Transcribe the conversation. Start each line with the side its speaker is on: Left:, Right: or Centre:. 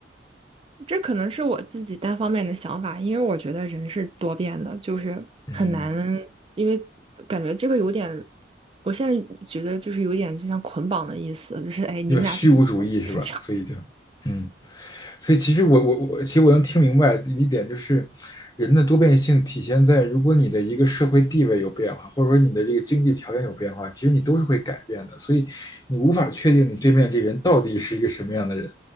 Right: 这可能是我自己单方面的想法，因为我觉得人是多变的，就是很难，
Left: <laughs> 嗯。
Right: 因为感觉这个有点，我现在觉得就是有点就像捆绑的意思，就是哎，你们俩必须活死
Left: 有虚无主义是吧？
Right: <laughs> 这样子。
Left: 所以就，嗯，所以其实我我我，其实我能听明白一点，就是人的多变性体现在，如果你的一个社会地位有变化，或者说你的这个经济条件有变化，其实你都是会改变的，所以你无法确定你对面这个人到底是一个什么样的人，